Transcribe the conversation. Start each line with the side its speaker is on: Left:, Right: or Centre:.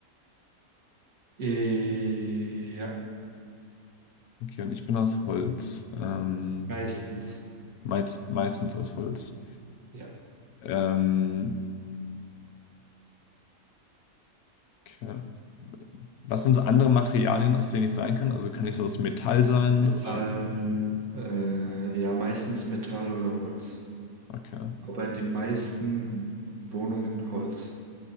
Right: Äh, Ja,
Left: Okay, und ich bin aus Holz. Ähm,
Right: meistens.
Left: meist, meistens aus Holz.
Right: Ja.
Left: Ähm, okay. Was sind so andere Materialien, aus denen ich sein kann? Also kann ich so aus Metall sein
Right: Metall,
Left: oder?
Right: äh, ja, meistens Metall oder Holz.
Left: Okay.
Right: aber in den meisten Wohnungen Holz.